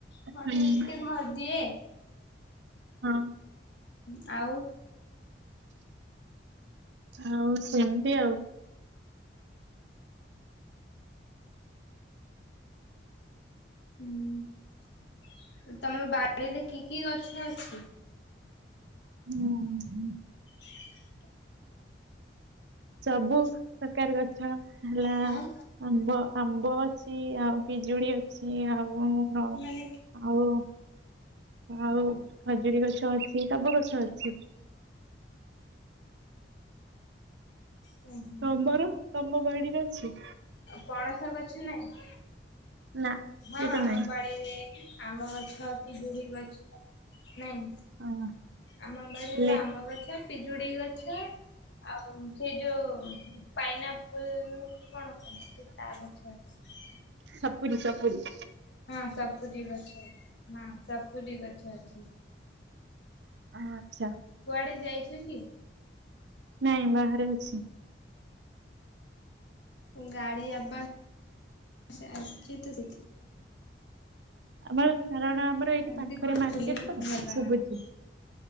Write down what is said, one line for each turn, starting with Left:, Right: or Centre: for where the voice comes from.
Left: ଥଣ୍ଡା
Right: ହୁଁ,
Left: ଟିକେ ଭାରି ଥିଲା।
Right: ହଁ।
Left: ହଁ ଆଉ‌?
Right: ଆଉ ସେମିତି ଆଉ।
Left: ହୁଁ ତମ ବାଡିରେ କି କି ଗଛ ଅଛି?
Right: <unintelligible>
Left: <inaudible>
Right: ସବୁ ପ୍ରକାର ଗଛ ହେଲା।
Left: ହଁ
Right: ଆମ୍ବ ଆମ୍ବ ଅଛି ଆଉ ପିଜୁଳି ଅଛି ଆଉ ଆଉ।
Left: ମାନେ
Right: ଆଉ ଖଜୁରୀ ଗଛ ଅଛି ସବୁ ଗଛ ଅଛି।
Left: ଓ ହୋ
Right: ତମର ତମ ବାଡିରେ ଅଛି।
Left: ପଣସ ଗଛ ନାଇଁ।
Right: ନା
Left: ହଁ
Right: ସେଇଟା
Left: ଆମ
Right: ନାହିଁ।
Left: ବାଡିରେ ଆମ୍ବ ଗଛ ପିଜୁଳି ଗଛ ନାଇ।
Right: ହଁ
Left: ଆମ ବାଡିରେ
Right: ଲେ
Left: ଆମ୍ବ ଗଛ ପିଜୁଳି ଗଛ। ଆଉ ସେଇ ଯୋଉ। ପାଇନ ଆପୁଲ କୁ କଣ କହନ୍ତି ସେ ତା ଗଛ ଅଛି।
Right: ସପୁୁରୀ ସପୁରି।
Left: ହଁ ସପୁରି ଗଛ ହଁ ସପୁରି ଗଛ ଅଛି।
Right: ହ ଆଚ୍ଛା।
Left: କୁଆଡେ ଯାଇଛୁ କି?
Right: ନାଇଁ ବାହାରେ ଅଛି।
Left: ଗାଡି ଆବାଜ ଆସୁଛି ତ ସେଥିପାଇଁ।
Right: <inaudible> ଆମର କାରଣ ଆମର ଏଇଠି
Left: ଭାବିଲି
Right: ପାଖରେ
Left: କୋଉଠି
Right: ମାର୍କେଟ
Left: ବୁଲିବାକୁ
Right: ତ
Left: ଗଲ
Right: ଶୁଭୁଛି।
Left: ନା କଣ?